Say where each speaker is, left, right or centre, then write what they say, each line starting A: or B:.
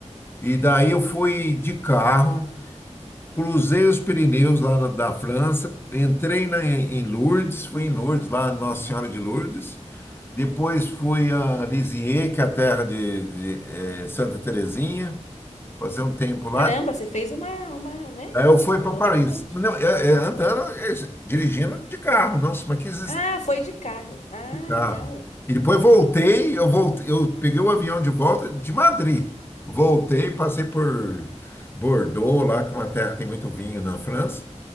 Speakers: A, on the left; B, on the left.
A: E daí eu fui de carro. Cruzei os Pirineus lá na, da França. Entrei na, em Lourdes. Fui em Lourdes, lá Nossa Senhora de Lourdes. Depois fui a Lisieux, que é a terra de, de eh, Santa Terezinha. fazer um tempo lá.
B: Caramba, você fez uma, uma, né?
A: Daí eu fui
B: Mandou
A: para Paris.
B: bastante.
A: Não, é- é, andando, é, dirigindo de carro. Nossa, mas que existência
B: Ah, foi de carro. Ah,
A: de carro.
B: legal.
A: E depois voltei, eu voltei, eu peguei o avião de volta de Madrid. Voltei, passei por Bordeaux, lá que é uma terra que tem muito vinho na França.